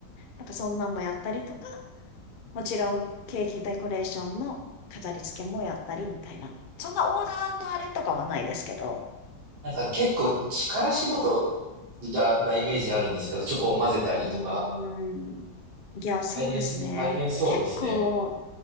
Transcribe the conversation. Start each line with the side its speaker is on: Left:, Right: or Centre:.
Left: なんかそんなんもやったりとか、もちろんケーキデコレーションの飾り付けもやったりみたいな。そんなオーダーのあれとかはないですけど、
Right: なんか結構力仕事じゃなイメージあるんですけど、チョコを混ぜたりとか、
Left: うーん。いや、そうですね。
Right: 大変大変そうですね。
Left: 結構、